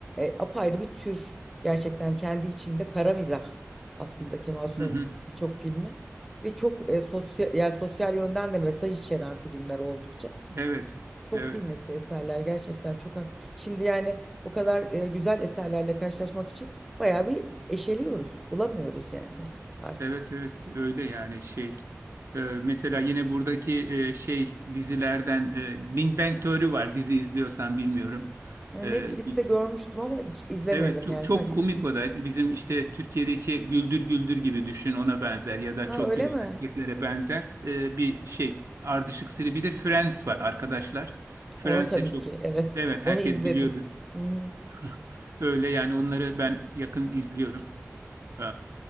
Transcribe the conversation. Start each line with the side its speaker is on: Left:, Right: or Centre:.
Centre: e, apayrı bir tür gerçekten kendi içinde kara mizah aslında Kemal Sunal'ın
Right: Hı hı.
Centre: birçok filmi ve çok e, sosyal yani sosyal yönden de mesaj içeren filmler oldukça
Right: Evet.
Centre: çok
Right: Evet.
Centre: kıymetli eserler gerçekten çok hak- şimdi yani o kadar e, güzel eserlerle karşılaşmak için bayağı bir eşeliyoruz bulamıyoruz yani artık.
Right: Evet evet öyle yani şey Ee, mesela yine buradaki e, şey dizilerden e, Big Bang Theory var dizi izliyorsan bilmiyorum.
Centre: Yani
Right: Ee,
Centre: Netflix'te
Right: bi-
Centre: görmüştüm ama hiç izlemedim
Right: evet çok,
Centre: yani
Right: çok
Centre: sadece
Right: komik
Centre: ismi.
Right: o da bizim işte Türkiye'deki Güldür Güldür gibi düşün ona benzer ya da
Centre: Ha
Right: çok
Centre: öyle
Right: güzel
Centre: mi?
Right: hareketlere benzer e, bir şey ardışık seri bir de Friends var arkadaşlar. Friends
Centre: Onu tabii
Right: de çok
Centre: ki. Evet.
Right: evet
Centre: Onu
Right: herkes
Centre: izledim.
Right: biliyordu.
Centre: Hı hı.
Right: <laughs> Öyle yani onları ben yakın izliyorum. Ee,